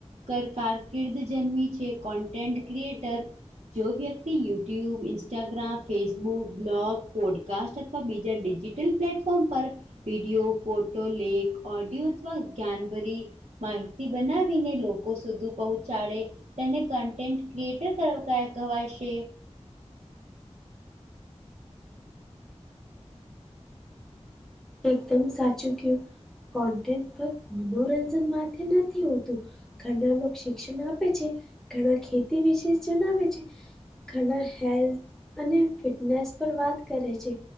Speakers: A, on the right; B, in the centre.
A: કર કારકિર્દ જન્મી છે. કોન્ટેન્ટ ક્રિએટર જો વ્યક્તિ YouTube, Instagram, Facebook, vlog, podcast અથ વા બીજા ડિજિટલ પ્લેટફોર્મ પર વિડીયો, ફોટો, લેખ, ઓડિયો અથવા જ્ઞાનભરી માહિતી બનાવીને લોકો સુ સુધી પહોંચાડે, તેને કન્ટેન્ટ ક્રિએટર ક કહ કહેવાય શે.
B: એકદમ સાચું ક્યું. કોન્ટેન્ટ પર મનોરંજન માટે નથી હોતું. ઘના લોક શિક્ષણ આપે છે, ઘણા ખેતી વિશે જણાવે છે. ઘના હેલ્થ અને ફિટનેસ પર વાત કરે છે.